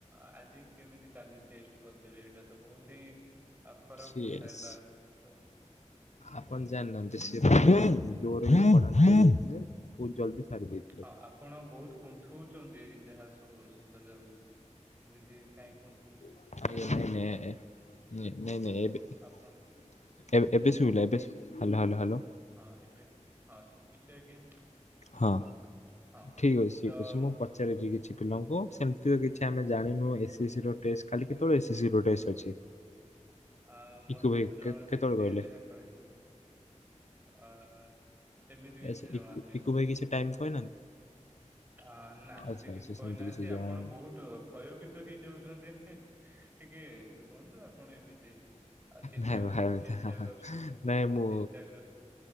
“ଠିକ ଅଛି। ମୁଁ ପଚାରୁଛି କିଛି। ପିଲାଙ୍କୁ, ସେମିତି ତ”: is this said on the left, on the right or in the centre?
Left